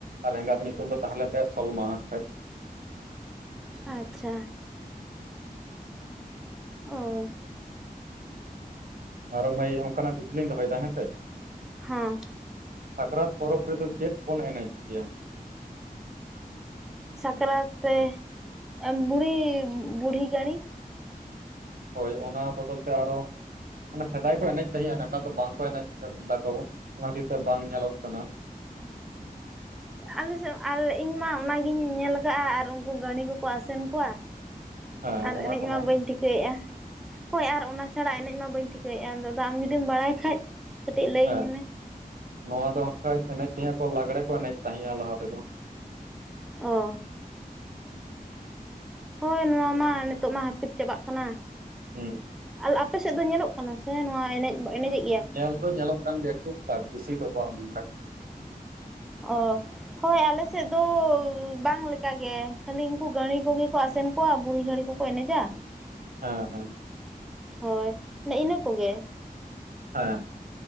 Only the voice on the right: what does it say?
ᱟᱨ ᱮᱸᱜᱟᱛ ᱧᱩᱛᱩᱢ ᱫᱚ ᱛᱟᱦᱮᱸᱞᱱ ᱛᱟᱭᱟ ᱥᱚᱞᱢᱟ ᱟᱠᱷᱟᱡ
ᱟᱨᱚ ᱢᱟᱹᱭ ᱚᱱᱠᱟᱱᱟᱜ ᱠᱩᱠᱤᱞᱤᱧ ᱫᱚᱦᱚᱭ ᱫᱟ ᱦᱮᱸ ᱥᱮ
ᱥᱟᱠᱨᱟᱛ ᱯᱚᱨᱚᱵᱽ ᱨᱮᱫᱚ ᱪᱮᱫ ᱵᱚᱱ ᱮᱱᱮᱡᱽ ᱜᱮᱭᱟ?
ᱦᱳᱭ ᱚᱱᱟ ᱵᱚᱫᱚᱞ ᱛᱮ ᱟᱨᱚ ᱚᱱᱟ ᱥᱮᱫᱟᱭ ᱠᱚ ᱮᱱᱮᱡ ᱛᱟᱦᱤᱡᱼᱟ ᱱᱮᱛᱟᱨ ᱫᱚ ᱵᱟᱝᱠᱚ ᱮᱱᱮᱡ ᱫᱟᱛᱚ ᱚᱱᱟ ᱠᱷᱟᱛᱤᱨ ᱛᱮ ᱵᱟᱝ ᱧᱮᱞᱚᱜ ᱠᱟᱱᱟ
ᱦᱮᱸ
ᱚᱱᱟ
ᱠᱚᱦᱚᱸ
ᱦᱮᱸ
ᱱᱚᱣᱟ ᱫᱚ ᱦᱟᱸᱜ ᱠᱷᱟᱡ ᱮᱱᱮᱡ ᱛᱟᱦᱤᱡᱼᱟ ᱠᱚ ᱞᱟᱜᱽᱲᱮ ᱠᱚ ᱮᱱᱮᱡ ᱛᱟᱦᱮᱸᱜᱼᱟ ᱞᱟᱦᱟ ᱛᱮᱫᱚ
ᱦᱩᱸ
ᱧᱮᱞ ᱫᱚ ᱧᱮᱞᱚᱜ ᱠᱟᱱ ᱜᱮᱭᱟ ᱴᱩᱠ ᱴᱟᱠ ᱵᱮᱥᱤ ᱫᱚ ᱵᱟᱝ ᱟᱠᱷᱟᱡ
ᱦᱮᱸ ᱦᱮᱸ
ᱦᱮᱸ